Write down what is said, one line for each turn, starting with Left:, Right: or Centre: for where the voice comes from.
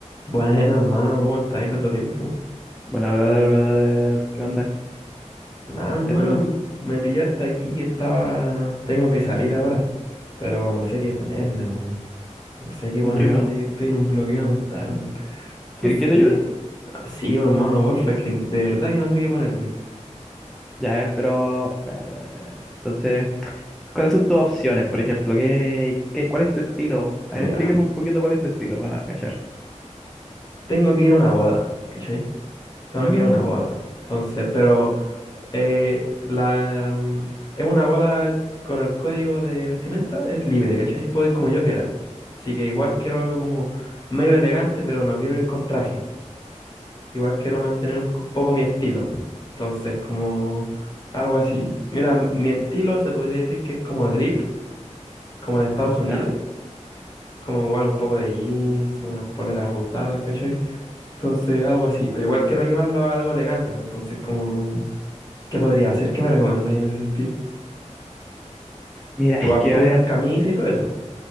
Left: Buenas, hermano, ¿cómo estáis tanto tiempo?
Centre: Bueno, brother, brother, ¿qué onda?
Left: Nada, hermano,
Centre: ¿Qué haciendo?
Left: me pillaste aquí que estaba... Tengo que salir ahora, pero no sé qué ponerme, weón. No sé qué
Centre: ¿Yo?
Left: ponerme, así que estoy en un bloqueo mental, weón. Entonces,
Centre: ¿Quieres que te ayude?
Left: ¿qué? Sí, hermano, porfa, que de verdad que no sé qué ponerme.
Centre: Ya, eh, pero... Espera, espera, espera, espera. Entonces, ¿cuáles son tus opciones, por ejemplo? ¿Qué, qué, cuál es tu estilo? A
Left: Mira,
Centre: ver, explícame un poquito cuál es tu estilo para cachar.
Left: tengo que ir a una boda, ¿cachai? Tengo
Centre: Mm,
Left: que ir a una boda. Entonces, pero... Eh, la, mm, es una boda con el código de vestimenta, es libre, ¿cachai? Puedo ir como yo quiera. Así que igual quiero algo como medio elegante, pero no quiero ir con traje. Igual quiero mantener un co- poco mi estilo. Entonces, como algo así. Mira, m- mi estilo se podría decir que es como drip, como de Estados Unidos.
Centre: ¿Ya?
Left: Como igual un poco de jeans, unas poleras ajustadas, ¿cachai? Entonces, algo así. Pero igual quiero llevarlo a algo elegante, pues. Entonces, como, ¿qué podría hacer? ¿Qué me recomendáis en ese sentido?
Centre: Mira,
Left: Igual
Centre: es que,
Left: puedo
Centre: a ver,
Left: usar camisa y todo eso.